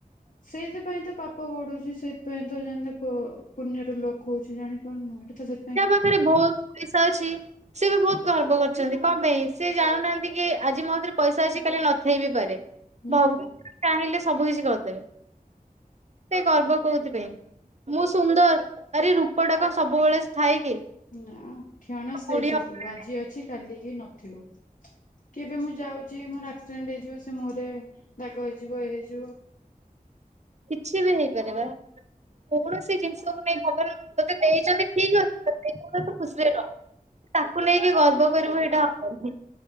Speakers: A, on the left; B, on the right.
A: ସେଇଥିପାଇଁ ତ ପାପ ବଢୁଚି ସେଥିପାଇଁ ତ <unintelligible> ଜାଣିଲେ ପୁ-ପୁଣ୍ୟରେ ଲୋକ ହୋଉଚି ଜାଣିପାରୁନୁଁ ଏଟା ତ ସେ
B: ଯା ପାଖରେ ବୋହୁତ ପଇଷା ଅଛି। ସେ ବି ବୋହୁତ ଗର୍ବ କରୁଚନ୍ତି କଣ ପାଇଁ ସେ ଜାଣୁନାହାନ୍ତି କି ଆଜି ମୋ କତିରେ ପଇଷା ଅଛି କାଲି ନଥାଇ ବି ପାରେ।
A: ହୁଁ।
B: ଭଗବାନ ଚାହିଁଲେ ସବୁ କିଛି କରିଦେବେ। ଏତେ ଗର୍ବ କୋଉଥିପାଇଁ ମୁଁ ସୁନ୍ଦର ଆରେ ରୂପଟା କଣ ସବୁବେଳେ ଥାଏ କି।
A: ନା କ୍ଷଣସ୍ଥାୟୀ
B: କୋଡିଏ
A: ସେ
B: ଅଠର
A: ସବୁ ଆଜି
B: ନାଇଁ,
A: ଅଛି କାଲିକି ନଥିବ। କେବେ ମୁଁ ଯାଉଚି ମୋର ଆକ୍ସିଡେଣ୍ଟ ହେଇଯିବ। ସେ ମୁହଁରେ ଦାଗ ହେଇଯିବ ଏଇ ହେଇଯିବ।
B: କିଛି ବି ହେଇପାରେ ବା କୌଣସି ଜିନି ଷ କୁ ନେଇ ଭଗବାନ ତତେ ଦେଇଚନ୍ତି ଠିକ୍ ଅଛି। ତତେ <unintelligible> ଦେଇଚନ୍ତି ଯଦି ତୁ ଖୁସିରେ ରହ। ତାକୁ ନେଇକି ଗର୍ବ କରିବ ହେଇଟା ହବନି ହିଁ।